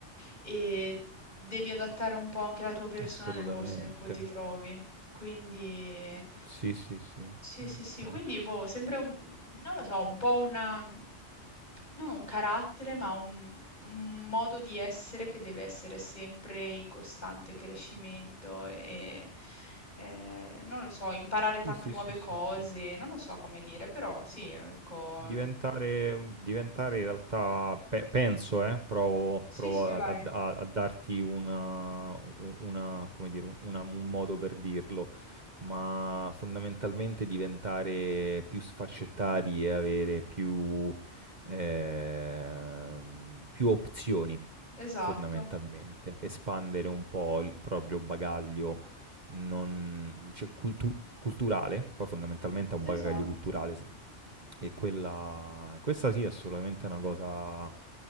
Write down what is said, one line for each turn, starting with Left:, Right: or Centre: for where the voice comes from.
Left: e devi adattare un po' anche la tua persona
Right: assolutamente.
Left: nel posto in cui ti trovi. Quindi
Right: Sì, sì, sì.
Left: sì,
Right: Ok.
Left: sì, sì, quindi boh, sempre un, non lo so, un po' una, non un carattere, ma un, un modo di essere che deve essere sempre in costante crescimento e, eh, non lo so, imparare tante
Right: Sì, sì,
Left: nuove
Right: sì, sì,
Left: cose,
Right: sì.
Left: non lo so come dire, però sì, ecco,
Right: Diventare, mm, diventare in realtà, pe- penso, eh, provo,
Left: sì,
Right: provo
Left: sì,
Right: a,
Left: vai,
Right: a- a- a darti una, un- una- come dire, un una- un modo per dirlo, ma fondamentalmente diventare più sfaccettati e avere più, ehm, più opzioni,
Left: esatto,
Right: fondamentalmente, espandere un po' il proprio bagaglio non, cioè, cultu- culturale, poi fondamentalmente è un
Left: esatto.
Right: bagaglio culturale, e quella questa sì, assolutamente è assolutamente una cosa